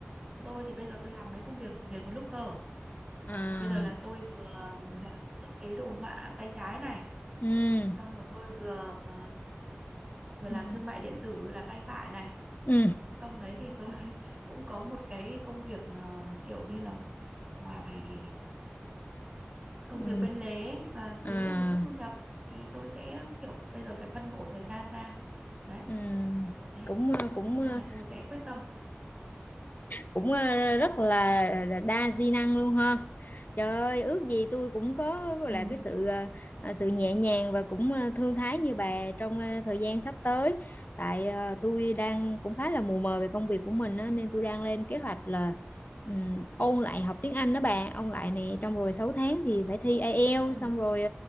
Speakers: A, on the right (about 20°); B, on the left (about 45°).
A: tôi thì bây giờ tôi làm mấy công việc liền một lúc cơ
B: à
A: bây giờ là tôi vừa làm thiết kế đồ họa tay trái này
B: ừ
A: xong rồi tôi vừa ờ, vừa
B: ừ
A: làm thương mại điện tử là tay phải này
B: ừ
A: xong đấy thì tôi <laughs> cũng có một cái công việc ờ, kiểu như là ngoài công
B: ừ,
A: việc bên lề và
B: à
A: kiếm thêm một chút thu nhập thì tôi sẽ kiểu bây giờ phải phân bổ thời gian ra đấy
B: ừ.
A: kiểu thế
B: cũng ờ, cũng
A: nhưng
B: ờ,
A: mà tôi sẽ quyết tâm
B: cũng ờ, rất là, là đa di năng luôn ha trời ơi ước gì tôi cũng có
A: ừ
B: là cái sự ờ, ờ, sự nhẹ nhàng và cũng ờ, thư thái như bà trong ờ, thời gian sắp tới tại ờ, tôi đang cũng khá là mù mờ về công việc của mình á, nên tôi đang lên kế hoạch là ừm, ôn lại học tiếng Anh đó bà ôn lại này trong rồi 6 tháng thì phải thi IELTS
A: ừ
B: xong rồi